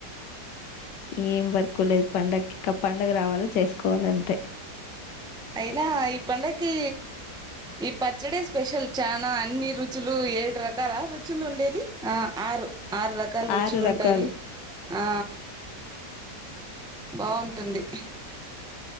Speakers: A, on the left; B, in the centre.
A: ఏం వర్కు లేదు పండక్కి ఇంక పండగ రావాల చేసుకోవాల అంతే
B: అయిన ఈ పండక్కి ఈ పచ్చడె స్పెషల్ చాలా అన్ని రుచులు ఏడు రకాల రుచులు ఉండేది ఆ ఆరు ఆరు రకాల రుచులు
A: ఆరు రకాలు
B: ఉంటాయి ఆ బాగుంటుంది